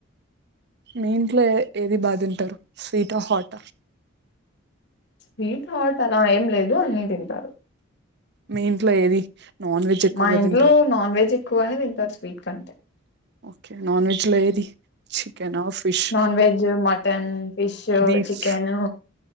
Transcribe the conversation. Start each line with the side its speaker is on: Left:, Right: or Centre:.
Right: మీ ఇంట్లో ఏది బాధింటారు స్వీటా హాటా
Left: స్వీట్ హార్ట్ అలా ఏం లేదు అన్ని తింటారు.
Right: మీ ఇంట్లో ఏది నాన్ వెజ్ ఎక్కువగా
Left: మా ఇంట్లో
Right: తింటారు
Left: నాన్ వెజ్ ఎక్కువ గానే తింటారు స్వీట్ కంటే
Right: ఓకే నాన్ వెజ్ లో ఏది చికెనా fish
Left: non veg mutton fish
Right: beef
Left: chicken